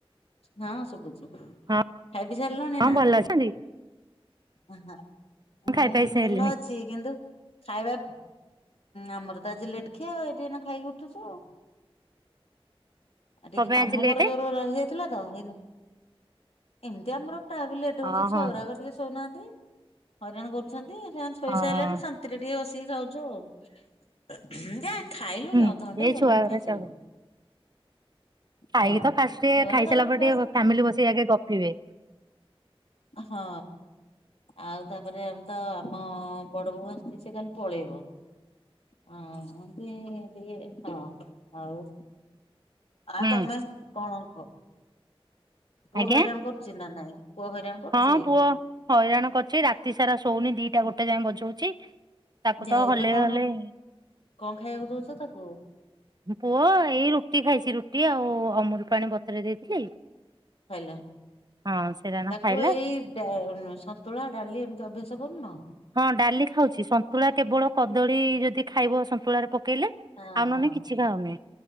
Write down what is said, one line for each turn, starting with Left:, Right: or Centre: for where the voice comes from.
Left: ହଁ ଶୁଭୁଛି। ଖାଇ
Right: ହଁ
Left: ପି ସାରିଲଣି
Right: ହଁ
Left: ନା
Right: ଭଲ ଅଛନ୍ତି
Left: ଅ ହଁ
Right: କଣ ଖାଇ
Left: ମୁଁ
Right: ପାଇ ସାରିଲିଣି
Left: ଭଲ ଅଛି କିନ୍ତୁ ଖାଇବା ଆମର ତ ଆଜି ଲେଟ୍ ଖିଆ ଏଇଠି ଏନା ଖାଇକି ଉଠୁଛୁ ଆଉ। ଆଉ ଟିକେ
Right: କଣ ପାଇଁ
Left: କାମ
Right: ଆଜି ଲେଟ୍?
Left: ମୋର ଜୋରରେ ରହିଯାଇଥିଲାତ ଏଇନୁ ଏମତି ଆମର ଟାବିଲେ ଉଠଉଛି
Right: ହଁ
Left: ଛୁଆ
Right: ହଁ
Left: ଗୁଡାକ ଟିକେ ଶୋଉନାହାନ୍ତି। ହଇରାଣ କରୁଛନ୍ତି। ଏଇନା ଶୋଇସାରିଲା
Right: ହଁ
Left: ଠୁ ଶାନ୍ତିରେ ଟିକେ ବସିକି ଖାଉଛୁ ଆଉ। ଖାଇଲୁଣି
Right: ହୁଁ
Left: ଅଧଘଣ୍ଟେ
Right: ଏଇ
Left: ହେଇଗଲାଣି,
Right: ଛୁଆ ଗୁରା
Left: ଖାଇସାରିଲୁଣି।
Right: ସବୁ
Left: ହଁ
Right: ଖାଇକି ତ ଫାଷ୍ଟ
Left: ସରିଗଲା
Right: ଖାଇସାରିଲା
Left: ତାପରେ ଛୁଆ
Right: ପରେ ଟିକେ
Left: ସ
Right: ଫାମିଲି ବସିକି ଆଗ ଗପିବେ।
Left: ହଁ ଆଉ ତାପରେ ଆମ୍ ତ ଆମ ବଡ ବୋଉ ଆସଛି, ସେ କାଲି ପଳେଇବ ହଁ। କେ ଏମିତି ଇଏ ହଁ, ଆଉ ଆଉ
Right: ହୁଁ
Left: ତମେ କଣ କୁହ? ପୁଅ
Right: ଆଜ୍ଞା
Left: ହଇରାଣ କରୁଛି ନା ନାହିଁ। ପୁଅ ହଇରାଣ କରୁଛି?
Right: ହଁ ପୁଅ ହଇରାଣ କରିୁଛି ରାତି ସାରା ଶୋଉନି ଦିଟା ଗୋଟେ ଯାଏ ବଜଉଛି। ତାକୁ
Left: ଯେ
Right: ତ
Left: ଏବେ
Right: ହଲେଇ
Left: କଣ
Right: ହଲେଇ
Left: କଣ ଖାଇବାକୁ ଦଉଛ ତାକୁ?
Right: ପୁଅ ଏଇ ରୁଟି ଖାଇଛି ରୁଟି ଆଉ ଅମୁଲ ପାଣି ବତୁରୁ ଦେଇଥିଲି।
Left: ଖାଇଲା
Right: ହଁ ସେରାନା
Left: ତାକୁ
Right: ଖାଇଲା
Left: ଏଇ ସନ୍ତୁଳା ଡାଲି ଏମିତି ଅଭ୍ୟାସ କରୁନ?
Right: ହଁ ଡାଲି ଖାଉଛି ସନ୍ତୁଳା କେବଳ କଦଳୀ ଯଦି ଖାଇବ ସନ୍ତୁଳାରେ ପକେଇଲେ।
Left: ହଁ
Right: ଆଉ ନହେଲେ
Left: ହଁ।
Right: କିଛି ଖାଉନି